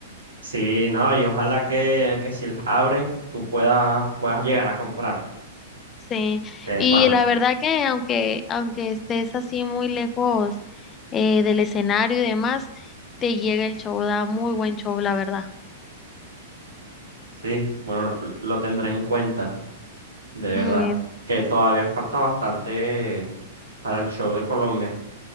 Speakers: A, on the right; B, on the left.
A: Sí, no, y ojalá que, que si las abren, tú puedas, puedas llegar a comprar.
B: Sí,
A: Qué
B: y
A: pana.
B: la verdad que aunque, aunque estés así muy lejos eh, del escenario y demás, te llega el show, da muy buen show, la verdad.
A: Sí, bueno, lo lo tendré en cuenta, de verdad,
B: Muy bien,
A: que todavía falta bastante para el show de Colombia.